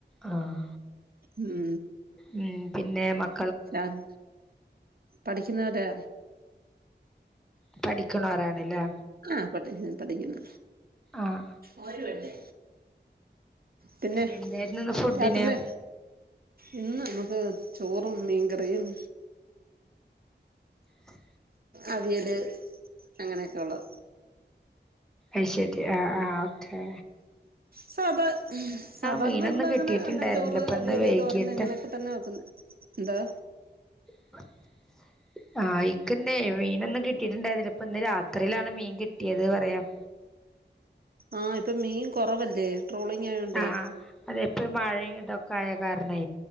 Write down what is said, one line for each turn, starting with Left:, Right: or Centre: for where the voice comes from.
Centre: ആഹ്
Right: ഉം
Centre: ഉം പിന്നെ മക്
Right: ചാഹ് പഠിക്ക്ന്നെവ്ടെ
Centre: പഠിക്ക്ണോരാണ്ലെ
Right: ആഹ് പഠിക്ക്ന്ന് പഠിക്ക്ന്ന്
Centre: ആഹ്
Right: മോര് വേണ്ടേ പിന്നെ
Centre: എന്തായിരുന്നു ഇന്ന് ഫുഡിന്
Right: രാത്രില് ഇന്ന് നമുക്ക് ചോറും മീങ്കറിയും
Centre: സസു
Right: അവിടെ അങ്ങനെയൊക്കെ ഉള്ളു
Centre: അശരി ആ ആ ഓക്കേ
Right: സഭ സദാർന്ന
Centre: മീനൊന്നും
Right: മ്മള്
Centre: കിട്ടിയിട്ടുണ്ടായിരുന്നില്ല
Right: എങ്ങനെ ചോറ്
Centre: ഇപ്പൊ
Right: അവി
Centre: ഇന്ന്
Right: യല്
Centre: വൈകിട്ട്
Right: തോരന എങ്ങനതന്നെ തന്നെ നോക്കുന്നു എന്താ
Centre: <unintelligible> ആഹ് ഇക്ക് ഇന്ന് മീനൊന്നും കിട്ടിയിട്ടുണ്ടായിരുന്നില്ല ഇപ്പ ഇന്ന് രാത്രിയിലാണ് മീൻ കിട്ടിയത് പറയാം
Right: ആഹ് ഈ മീൻ കുറവല്ലേ ട്രോളിങ് ആയോണ്ടേ
Centre: ആഹ് അതെപ്പ മഴയും ഇതൊക്കെ ആയ കാരണെ